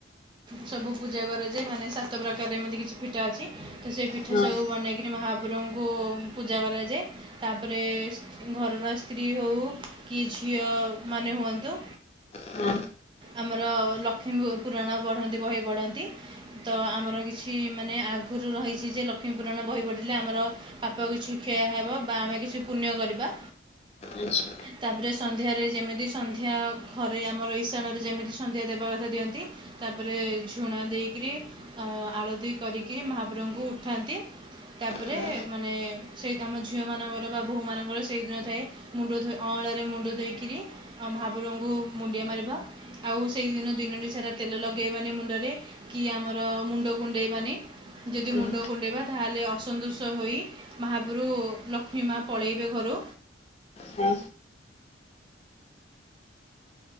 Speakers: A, on the right; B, on the left.
A: ସବୁ ପୂଜା କରାଯାଏ ମାନେ ସାତ ପ୍ରକାର ଏମିତି କିଛି ପିଠା ଅଛି ତ ସେଇ ପିଠା
B: ହଁ ହଁ
A: ସବୁ ବନେଇକି ରେ ମହାପୁରୁଙ୍କୁ ପୂଜା କରାଯାଏ। ତାପରେ ଘରର ସ୍ତ୍ରୀ ହଉ କି ଝିଅ ମାନେ ହୁଅନ୍ତୁ
B: ହଁ
A: ଆମର ଲକ୍ଷ୍ମୀ ପୁରାଣ ପଢନ୍ତି ବହି ପଢନ୍ତି ତ ଆମର କିଛି ଏଠି ମାନେ ଆଗରୁ ରହିଛି ଯେ ଲକ୍ଷ୍ମୀପୁରାଣ ବହି ପଢ଼ିଲେ ଆମର ପାପ କିଛି କ୍ଷୟ ହେବ ବା ଆମେ କିଛି ପୁଣ୍ୟ କରିବା।
B: ଆଚ୍ଛା।
A: ତାପରେ ସନ୍ଧ୍ୟାରେ ଯେମିତି ସନ୍ଧ୍ୟା ଘରେ ଆମର ଇଶାନରେ ଯେମିତି ସନ୍ଧ୍ୟା ଦେବା କଥା ଦିଅନ୍ତି। ତାପରେ ଝୁଣା ଦେଇକରି ଆଳତି କରିକିରି ମହାପୁରୁଙ୍କୁ ଉଠାନ୍ତି। ତାପରେ
B: ହଁ
A: ମାନେ ସେଇ ଆମ ଝିଅ ମାନଙ୍କର ବା ବୋହୂ ମାନଙ୍କର ସେଇଦିନ ଥାଏ। ମୁଣ୍ଡ ଧୋଇ ଅଁଳାରେ ମୁଣ୍ଡ ଧୋଇକିରି ଆ ମହା ପୁରଙ୍କୁ ମୁଣ୍ଡିଆ ମାରିବା। ଆଉ ସେଇଦିନ ଦିନଟି ସାରା ତେଲ ଲଗେଇବାନି ମୁଣ୍ଡରେ କି ଆମର ମୁଣ୍ଡ କୁଣ୍ଡେଇବାନି। ଯଦି ମୁଣ୍ଡ
B: ଆଚ୍ଛା
A: କୁଣ୍ଡେଇବା ତାହେଲେ ଅସନ୍ତୁଷ ହୋଇ ମାହାପୁରୁ ଲକ୍ଷ୍ମୀ ମା ପଳେଇବେ ଘରୁ।
B: ହଁ।